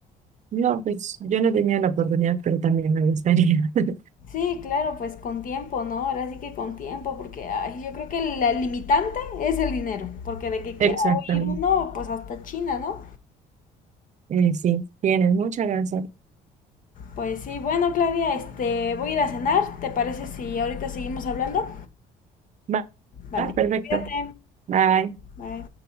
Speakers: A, on the right; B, on the left.
A: No, pues yo no tenía la oportunidad, pero también me gustaría. <laughs>
B: Sí, claro, pues con tiempo, ¿no? Ahora sí que con tiempo, porque ay, yo creo que la limitante es el dinero, porque de que quiera
A: Exactamente.
B: ir uno, pues hasta China, ¿no?
A: Eh, sí, tienes mucha razón.
B: Pues sí, bueno, Claudia, este, voy a ir a cenar, ¿te parece si ahorita seguimos hablando?
A: Va,
B: Vale,
A: va, perfecto.
B: cuídate,
A: Bye.
B: bye.